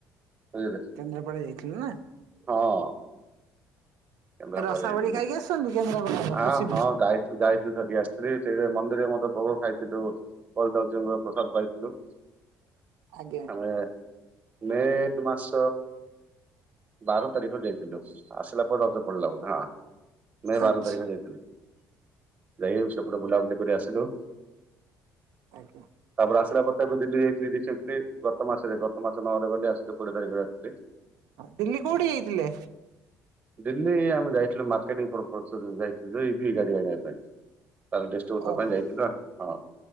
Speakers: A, on the right; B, on the right.
A: ବୁଝିଲେ
B: କେନ୍ଦ୍ରାପଡା ଯାଇଥିଲୁ ନା?
A: ହଁ କେନ୍ଦ୍ରାପଡା
B: ରସାବଳି
A: ଯାଇଥିଲି
B: ଖାଇକି ଆସଛନ୍ତି କେନ୍ଦ୍ରାପଡାର ପ୍ରସିଦ୍ଧ।
A: ଆଁ ହଁ ଯାଇ ସେ ଯାଇଥିଲୁ ଧରିକି ଆସିଥିଲି ସେଇ ମନ୍ଦିରରେ ମଧ୍ୟ ଭୋଗ ଖାଇଥିଲୁ। ପ୍ରଦଜଙ୍କର ପ୍ରସାଦ ପାଇଥିଲୁ।
B: ଆଜ୍ଞା
A: ଆମେ ମେ ମାସ ବାର ତାରିଖରେ ଯାଇଥିଲୁ ଆସିଲା ପରେ ରଜ ପଡିଲା ବଧେ ହଁ। ମେ
B: ଆଚ୍ଛା
A: ବାର ତାରିଖରେ ଯାଇଥିଲୁ ଯାଇକି ସେପଟେ ବୁଲାବୁଲି କରି ଆସିଲୁ।
B: ଆଜ୍ଞା
A: ତାପରେ ଆସିଲା ପରେ ତ ଏବେ ଦିଲ୍ଲୀ ଯାଇଥିଲି ରିସେଣ୍ଟଲି ଗତ ମାସରେ ଗତ ମାସ ନଅରେ ଗଲି ଆସିଲି କୋଡିଏ ତାରିଖରେ ରାତିରେ।
B: ଆ ଦିଲ୍ଲୀ କୋଉଠିକି ଯାଇଥିଲେ?
A: ଦିଲ୍ଲୀ ଆମେ ଯାଇଥିଲୁ, ମାର୍କେଟିଙ୍ଗ ପ୍ରପୋଜରେ ଯାଇଥିଲୁ, ଯଉ ଇଭି ଗାଡି ଆଣିବା ପାଇଁ। ତାର ଡିଷ୍ଟ୍ରିବ୍ୟୁଟର
B: ଓହୋ
A: ପାଇଁ ଯାଇଥିଲୁ ଆଉ ହଁ।